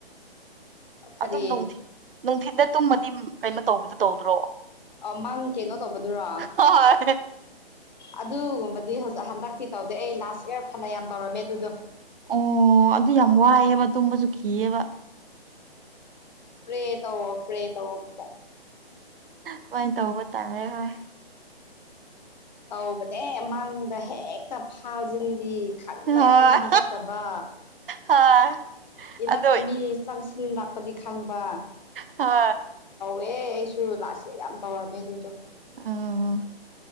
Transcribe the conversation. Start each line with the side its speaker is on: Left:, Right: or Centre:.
Left: ꯀꯔꯤ
Right: ꯑꯗꯨꯝꯊꯤ ꯅꯨꯡꯊꯤꯗ ꯇꯨꯝꯃꯗꯤ ꯀꯩꯅꯣ ꯇꯧꯕꯗꯣ ꯇꯧꯗ꯭ꯔꯣ
Left: ꯑ ꯃꯪ ꯀꯩꯅꯣ ꯇꯧꯕꯗꯨꯔꯣ
Right: ꯍꯣꯏ
Left: ꯑꯗꯨꯒꯨꯝꯕꯗꯤ ꯍꯧꯖꯤꯛ ꯍꯟꯗꯛꯇꯤ ꯇꯧꯗꯦ ꯑꯩ ꯂꯥꯁ ꯏꯔ ꯐꯅ ꯌꯥꯝ ꯇꯧꯔꯝꯃꯦ ꯑꯗꯨꯗꯣ
Right: ꯑꯣ ꯑꯗꯨ ꯌꯥꯝ ꯋꯥꯏꯑꯦꯕ ꯇꯨꯝꯕꯁꯨ ꯀꯤꯑꯕ
Left: ꯄꯦ ꯇ ꯑꯣ ꯄ꯭ꯔꯦ ꯇ ꯑꯣ ꯑꯃꯨ ꯀꯥꯏ
Right: ꯑꯗꯨꯃꯥꯏꯅ ꯇꯧꯕ ꯇꯥꯔꯦ ꯍꯣꯏ
Left: ꯇꯧꯕꯅꯦ ꯃꯥꯡꯗ ꯍꯦꯛꯇ ꯐꯥꯖꯤꯟꯕꯤ ꯈꯪꯅ
Right: ꯍꯣꯏ
Left: ꯈꯪꯅ ꯍꯧꯒꯠꯇꯕ
Right: ꯍꯣꯏ
Left: ꯏꯅꯥꯛꯇ
Right: ꯑꯗꯣ
Left: ꯃꯤ ꯆꯪꯁꯤꯟ ꯂꯄ ꯄꯗꯤ ꯈꯪꯕ
Right: ꯍ
Left: ꯑꯦ ꯑꯩꯁꯨ ꯂꯥꯛꯁꯦ ꯌꯥꯝ ꯇꯧꯔꯝꯃꯦ ꯑꯗꯨꯗꯣ
Right: ꯎꯝ